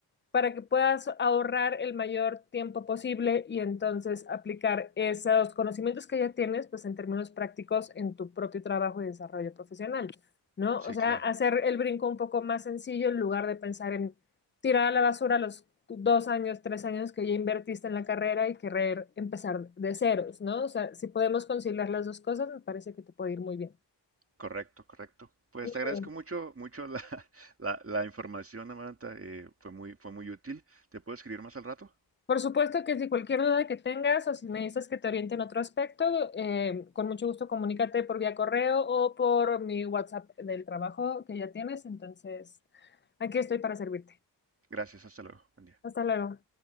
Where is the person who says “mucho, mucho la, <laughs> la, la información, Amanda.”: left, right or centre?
Right